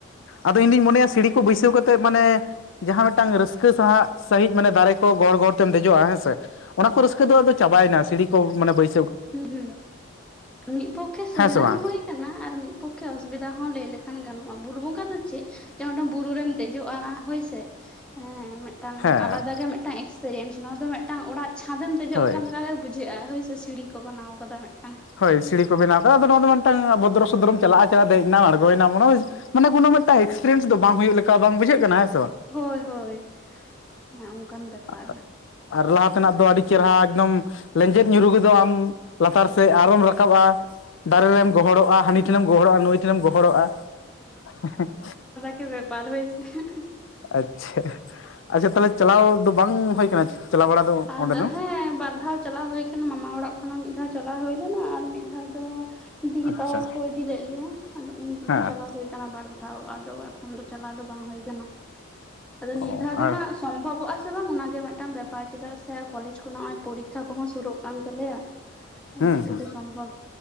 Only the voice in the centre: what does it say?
ᱦᱩᱸ ᱦᱩᱸ, ᱢᱤᱜ ᱯᱚᱠᱠᱷᱮ ᱥᱩᱵᱤᱫᱟ
ᱦᱚᱸ ᱦᱩᱭ ᱠᱟᱱᱟ ᱟᱨ ᱢᱤᱫ ᱯᱚᱠᱠᱷᱮ ᱚᱥᱩᱵᱤᱫᱟ ᱦᱚᱸ ᱞᱟᱹᱭ ᱞᱮᱠᱷᱟᱱ ᱜᱟᱱᱚᱜᱼᱟ, ᱵᱩᱨᱩ ᱵᱚᱸᱜᱟ ᱫᱚ ᱪᱮᱜ ᱪᱮ ᱚᱸᱰᱮᱢ ᱵᱩᱨᱩ ᱨᱮᱢ ᱫᱮᱡᱚᱜᱼᱟ ᱦᱳᱭᱥᱮ, ᱮᱸ ᱹᱹᱹ ᱴᱟᱝ
ᱟᱞᱟᱫᱟ ᱜᱮ ᱢᱤᱫᱴᱟᱝ ᱮᱠᱥᱯᱮᱨᱤᱭᱮᱱᱥ ᱱᱚᱣᱟ ᱫᱚ ᱢᱤᱫᱴᱟᱝ ᱚᱲᱟᱜ᱾ ᱪᱷᱟᱺᱫᱮᱢ ᱫᱮᱡᱚᱜ
ᱠᱟᱱ ᱞᱮᱠᱟ ᱜᱮ ᱵᱩᱡᱷᱟᱹᱜᱼᱟ ᱦᱳᱭ ᱥᱮ ᱥᱤᱲᱤ ᱠᱚ ᱵᱟᱱᱟᱣ ᱟᱠᱟᱫᱟ ᱦᱟᱸᱜ ᱾
ᱦᱳᱭ ᱦᱳᱭ ᱚᱱᱮ ᱚᱱᱠᱟᱱ ᱵᱮᱯᱟᱨ
ᱪᱮᱜ ᱵᱮᱯᱟᱨ? ᱦᱚᱭ ᱥᱮ, ᱮᱸᱦᱻᱮᱸᱦ ᱾
ᱟᱨᱫᱚ
ᱦᱮᱸ ᱵᱟᱨ ᱫᱷᱟᱣ ᱪᱟᱞᱟᱣ ᱦᱳᱭᱼᱼ ᱢᱟᱢᱟ ᱚᱲᱟᱜ ᱠᱷᱚᱱᱟᱜ ᱢᱤᱫ ᱫᱷᱟᱣ ᱪᱟᱞᱟᱣ ᱦᱳᱭ ᱞᱮᱱᱟ ᱾ ᱟᱨ ᱢᱤᱫ ᱫᱷᱟᱣ ᱫᱚ ᱫᱤᱫᱤ
ᱛᱟᱠᱚ ᱠᱚ ᱤᱫᱤ ᱞᱮᱫ ᱞᱮᱭᱟ ᱾ ᱟᱫᱚ ᱩᱱᱜᱮ
ᱪᱟᱞᱟᱣ ᱦᱳᱭ ᱟᱠᱟᱱᱟ ᱵᱟᱨ ᱫᱷᱟᱣ ᱟᱫᱚ ᱮᱠᱷᱚᱱ ᱫᱚ ᱪᱟᱞᱟᱣ ᱫᱚ ᱵᱟᱝ ᱦᱳᱭ ᱠᱟᱱᱟ ᱾ ᱟᱫᱚ ᱱᱤᱭᱟᱹ
ᱫᱷᱟᱣ ᱫᱚ
ᱦᱟᱸᱜ ᱥᱚᱢᱵᱷᱚᱵᱚᱜ-ᱟ ᱥᱮ ᱵᱟᱝ ᱚᱱᱟᱜᱮ ᱢᱮᱫᱴᱟᱝ ᱵᱮᱯᱟᱨ ᱾ ᱪᱮᱫᱟᱜ ᱥᱮ ᱠᱚᱞᱮᱡᱽ ᱠᱚ ᱱᱚᱜ ᱚᱭ ᱯᱚᱨᱤᱠᱠᱷᱟ ᱠᱚᱦᱚᱸ ᱥᱳᱨᱳᱜ ᱠᱟᱱ ᱛᱟᱞᱮᱭᱟ ᱾
ᱪᱤᱠᱟᱹᱛᱮ
ᱥᱚᱢᱵᱷᱚᱵᱽ?